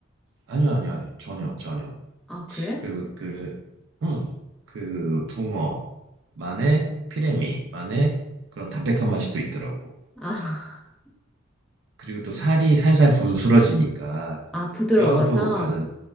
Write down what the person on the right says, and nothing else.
아니요 아니요 아니요 전혀 전혀
그그응그 붕어만의 피레미만의 그런 담백한 맛이 또 있더라고
그리고 또 살이 살살 부스러지니까
뼈도 가는